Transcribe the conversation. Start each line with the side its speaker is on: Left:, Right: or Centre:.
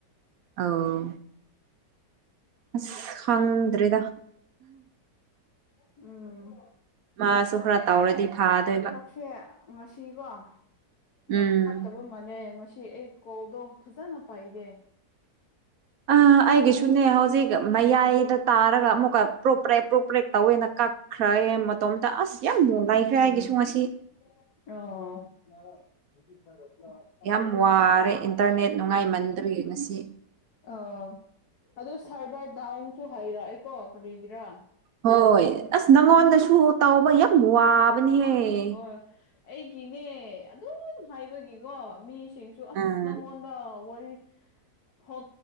Right: ꯑꯧ ꯑꯁ ꯈꯪꯗ꯭ꯔꯦꯗ
Left: ꯎꯝ
Right: ꯃꯥꯁꯨ ꯈꯔ ꯇꯧꯔꯗꯤ ꯐꯥꯗꯣꯏꯕ
Left: ꯁꯦ ꯉꯁꯤꯀꯣ
Right: ꯎꯝ
Left: ꯌꯥꯝ ꯐꯠꯇꯕ ꯃꯥꯅꯦ ꯉꯁꯤ ꯑꯩ ꯀꯣꯜꯗꯣ ꯐꯖꯅ ꯄꯥꯏꯒꯦ
Right: ꯑ ꯑꯩꯒꯤꯁꯨ ꯁꯨꯅꯦ ꯍꯧꯖꯤꯛ ꯃꯌꯥꯏꯗ ꯇꯥꯔꯒ ꯑꯃꯨꯛꯀ ꯄ꯭ꯔꯣꯛ ꯄ꯭ꯔꯦꯛ ꯄ꯭ꯔꯣꯛ ꯄ꯭ꯔꯦꯛ ꯇꯧꯋꯦꯅ ꯀꯛꯈ꯭ꯔꯦ ꯃꯇꯣꯝꯇ ꯇ ꯑꯁ ꯌꯥꯝ ꯅꯨꯡꯉꯥꯏꯈ꯭ꯔꯦ
Left: ꯎꯝ
Right: ꯑꯩꯒꯤꯁꯨ ꯉꯁꯤ
Left: ꯑꯣ
Right: ꯌꯥꯝ ꯋꯥꯔꯦ ꯏꯟꯇꯔꯅꯦꯠ ꯅꯨꯡꯉꯥꯏꯃꯟꯗꯕꯩ ꯉꯁꯤ
Left: ꯑ ꯑꯗꯣ ꯁꯥꯔꯕꯔ ꯗꯥꯎꯟꯁꯨ ꯍꯥꯏꯔꯛꯑꯦꯀꯣ ꯀꯔꯤꯒꯤꯔꯥ
Right: ꯍꯣꯏ ꯑꯁ ꯅꯪꯉꯣꯟꯗꯁꯨ ꯇꯧꯕ ꯌꯥꯝ ꯋꯥꯕꯅꯦꯍꯦ
Left: ꯍꯣꯏ ꯑꯩꯒꯤꯅꯦ ꯑꯗꯨꯝ ꯍꯥꯏꯕꯒꯤꯀꯣ ꯃꯤ ꯁꯤꯡꯁꯨ ꯑꯁ
Right: ꯎꯝ
Left: ꯅꯪꯉꯣꯟꯗ ꯋꯥꯔꯤ ꯐꯥꯎ